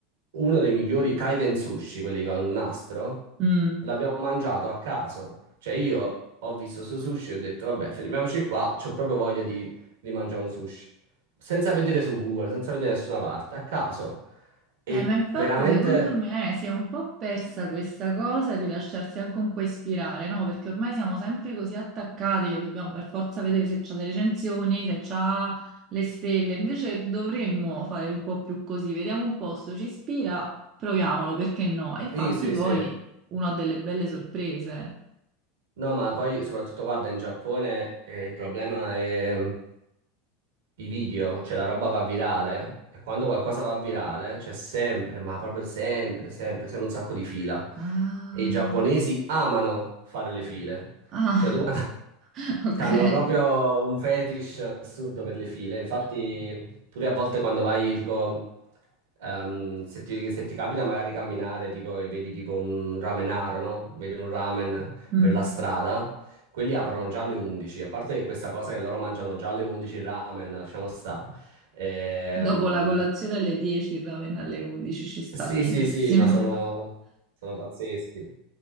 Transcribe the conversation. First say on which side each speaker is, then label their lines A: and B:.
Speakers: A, on the right (about 80°); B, on the right (about 45°).
A: uno dei migliori kaiten sushi, quelli con il nastro,
B: mm.
A: l'abbiamo mangiato a caso. Cioè, io ho visto su sushi e ho detto, vabbè, fermiamoci qua, c'ho proprio voglia di, di mangiare un sushi. Senza vedere su Google, senza vedere nessuna parte, a caso. E
B: Eh, ma infatti
A: veramente...
B: secondo me si è un po' persa questa cosa di lasciarsi anche un po' ispirare, no? Perché ormai siamo sempre così attaccati che dobbiamo per forza vedere se c'ha le recensioni, se c'ha le stelle. Invece dovremmo fare un po' più così, vediamo un posto, ci ispira, proviamolo, perché no? E infatti
A: Sì, sì,
B: poi
A: sì.
B: uno ha delle belle sorprese.
A: No, ma poi soprattutto guarda, in Giappone eh, il problema è... i video, cioè la roba va virale e quando qualcosa va virale c'è sempre, ma proprio sempre, sempre, sempre un sacco di fila.
B: Ah,
A: E i giapponesi amano fare le file.
B: ah,
A: Cioè tu
B: <laughs> ok.
A: hanno proprio un fetish assurdo per le file. Infatti, pure a volte quando vai, tipo, ehm, se ti, se ti capita magari camminare, tipo, e vedi tipo un ramenaro, no? Vedi un ramen
B: Mm.
A: per la strada, quelli aprono già alle 11. A parte che questa cosa che loro mangiano già alle 11 il ramen, lasciamo sta. Ehm,
B: Dopo la colazione alle 10, il ramen alle 11 ci sta
A: sì,
B: benissimo.
A: sì, sì, ma sono, sono pazzeschi.